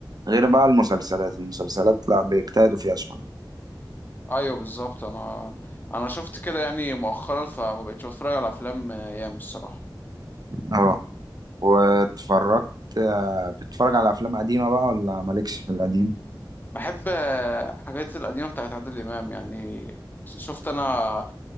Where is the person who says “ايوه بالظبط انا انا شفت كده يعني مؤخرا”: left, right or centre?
Left